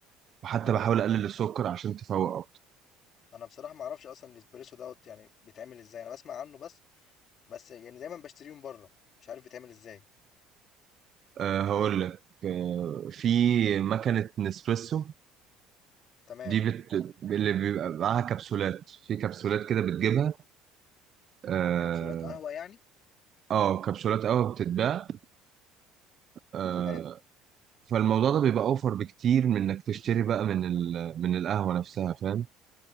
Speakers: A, on the right (about 40°); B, on the left (about 45°).
A: وحتى
B: انا
A: بحاول أقلل السكر عشان تفوق أكتر
B: انا بصراحة ما اعرفش اصلا الاسبريسو دوت يعني بيتعمل ازاي انا بسمع عنه بس بس يعني دايما بشتريه من بره مش عارف بيتعمل ازاي
A: أه هقول لك أه في مكنة نسبريسو
B: تمام
A: دي بت... اللي بيبقى معاها كبسولات في كبسولات كده بتجيبها اه
B: كبسولات قهوة يعني
A: آه، كبسولات قهوة بتتباع آه...
B: تمام
A: فالموضوع ده بيبقى اوفر بكتير من انك تشتري بقى من ال... من القهوة نفسها فاهم